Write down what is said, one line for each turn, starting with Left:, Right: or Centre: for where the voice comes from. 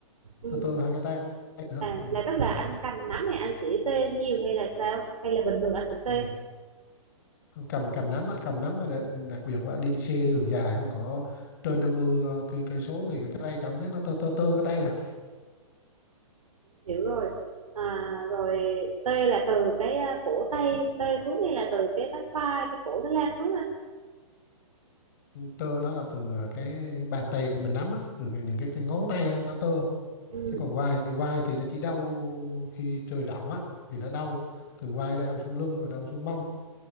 Right: Ừ.
Left: tơ tơ hai cái tay nữa
Right: à,
Left: ừ.
Right: là tức là anh cầm nắm thì anh sẽ tê nhiều hay là sao hay là bình thường anh cũng tê
Left: Ừ. cầm cầm nắm á, cầm nắm mà đặc đặc biệt là đi xe đường dài không có trên 50 ờ, cây cây số thì cái tay cảm giác nó tơ tơ tơ cái tay à
Right: hiểu rồi à, rồi tê là từ cái à, cổ tay tê xuống hay là từ cái bắp vai cái cổ nó lan xuống anh
Left: Ừ, tơ nó là từ ờ, cái bàn tay mình nắm á từ cái- những cái cái ngón tay á, nó tơ
Right: Ừ.
Left: chứ còn vai vai thì nó chỉ đau khi trời động á thì nó đau từ vai đau xuống lưng rồi đau xuống mông